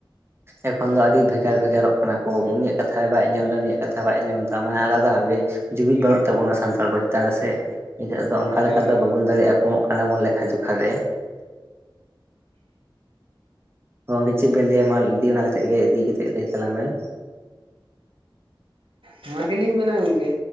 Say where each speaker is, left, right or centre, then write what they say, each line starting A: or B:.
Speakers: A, on the right; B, on the right.
A: ᱮᱠᱷᱚᱱ ᱫᱚ ᱟᱹᱰᱤ ᱵᱷᱮᱜᱟᱨ ᱵᱷᱮᱜᱟᱨᱚᱜ ᱠᱟᱱᱟ ᱠᱚ ᱩᱱᱤᱭᱟᱜ ᱠᱟᱛᱷᱟ ᱵᱟᱭ ᱟᱸᱡᱚᱢᱫᱟ ᱫᱟ ᱱᱩᱭᱟᱜ ᱠᱟᱛᱷᱟ ᱵᱟᱭ ᱟᱸᱡᱚᱢ ᱮᱫᱟ ᱢᱟᱱᱮ ᱟᱞᱟᱫᱟ ᱵᱷᱟᱵᱮ ᱡᱩᱢᱤᱫ ᱵᱟᱹᱱᱩᱜ ᱛᱟᱵᱚᱱᱟ ᱥᱟᱱᱛᱟᱲ <unintelligible> ᱛᱟ ᱥᱮ ᱱᱤᱛᱚᱜ ᱫᱚ ᱚᱱᱠᱟ
B: ᱦᱮᱸ
A: ᱞᱮᱠᱟ ᱫᱚ ᱵᱟᱵᱚᱱ ᱫᱟᱲᱮᱭᱟᱜᱼᱟ ᱠᱚᱢᱚᱜ ᱠᱟᱱᱟ ᱵᱚᱱ ᱞᱮᱠᱷᱟ ᱡᱚᱠᱷᱟ ᱨᱮ᱾ ᱦᱚᱸ ᱪᱮᱫ ᱵᱮᱱ ᱞᱟᱹᱭᱟ ᱢᱟ ᱤᱫᱤ ᱚᱱᱟᱛᱮᱫ ᱜᱮ ᱤᱫᱤ ᱠᱟᱛᱮᱫ ᱞᱟᱹᱭ ᱛᱟᱞᱟᱝ ᱵᱮᱱ᱾
B: ᱱᱚᱣᱟ ᱜᱮᱞᱤᱧ ᱢᱮᱱᱟ ᱜᱚᱢᱠᱮ